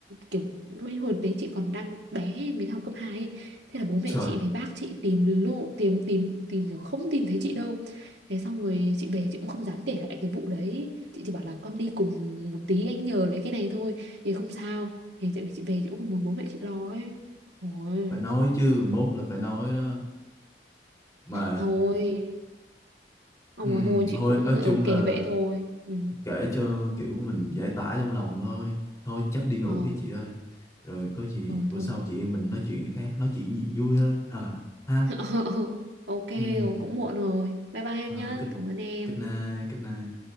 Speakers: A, on the right; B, on the left.
A: kiểu với hồi đấy chị còn đang bé mới học cấp 2 ấy. thế là bố
B: trời
A: mẹ chị với bác chị tìm luôn tìm tìm tìm kiểu không tìm thấy chị đâu thế xong rồi chị về chị cũng không dám kể lại cái vụ đấy chị chỉ bảo là con đi cùng một tí anh nhờ lấy cái này thôi thì không sao thì tại vì chị về chị cũng không muốn bố mẹ chị lo ấy Ôi,
B: phải nói chứ mốt là phải nói đó mà
A: thôi ông
B: ừm,
A: ơi thôi chị
B: thôi
A: cũng
B: nói
A: ở
B: chung là
A: kể vậy thôi ừ.
B: kể cho kiểu mình giải tỏa trong lòng thôi thôi chắc đi ngủ
A: Ờ,
B: đi chị ơi rồi có gì
A: ờ
B: bữa
A: thôi
B: sau chị em mình nói chuyện cái khác nói chuyện gì vui hơn à ha
A: <laughs> Ok
B: ừ
A: rồi, cũng muộn rồi. Bye bye em
B: good
A: nhé. Cảm ơn em.
B: good night good night